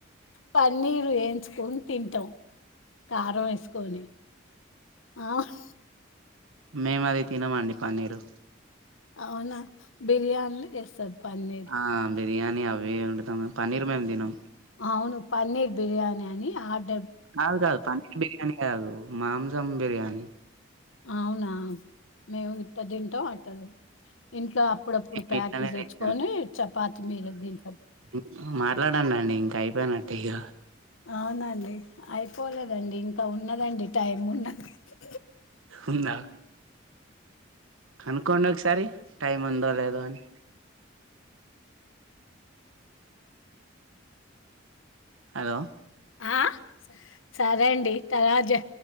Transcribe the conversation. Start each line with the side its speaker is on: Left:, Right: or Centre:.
Left: పన్నీరు వేయించుకున్ తింటం కారం వేసుకొని ఆ హ్
Right: మేము అది తినమండి పన్నీరు
Left: అవునా బిర్యానీ చేస్తరు పన్నీరు
Right: ఆ బిర్యానీ అవ్వే అండుతం గని పన్నీర్ మేము తినం
Left: అవును పన్నీర్ బిర్యానీ అని ఆడ్
Right: కాదు కాదు పన్నీర్ బిర్యానీ కాదు మాంసం బిర్యానీ
Left: అవునా మేము ఇట్ట తింట అట్ల తిన్ ఇంట్లో అప్పుడప్పుడు
Right: మేము
Left: పాకెట్స్
Right: ఇట్లానే
Left: తెచ్చుకొని
Right: తింటాం.
Left: చపాతి మీద తింటం
Right: ఇట్ల మాట్లాడనండి ఇంకా అయిపోయినట్టే ఇగ
Left: అవునండి అయిపోలేదండి ఇంకా ఉన్నదండి టైం ఉన్నది హ్ హ్
Right: ఉందా? కనుక్కోండి ఒకసారి టైమ్ ఉందో లేదో అని హలో
Left: ఆ సరే అండి తయారు జె